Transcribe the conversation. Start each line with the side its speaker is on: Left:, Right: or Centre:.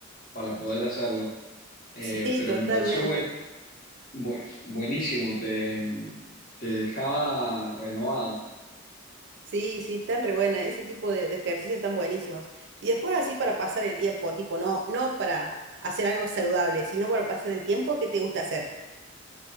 Left: para poder hacerlo. Eh,
Right: Sí,
Left: pero
Right: totalmente.
Left: me pareció buen- bu- buenísimo, te, te dejaba renovado.
Right: Sí, sí, están re buenas. Ese tipo de, de ejercicios están buenísimos. Y después así para pasar el tiempo, tipo, no, no para hacer algo saludable, sino para pasar el tiempo, ¿qué te gusta hacer?